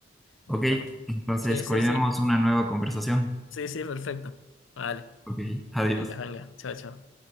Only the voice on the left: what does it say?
Ya,
pues.
Sí, sí,
sí.
Sí, sí, perfecto. Vale.
Venga, venga. Chao, chao.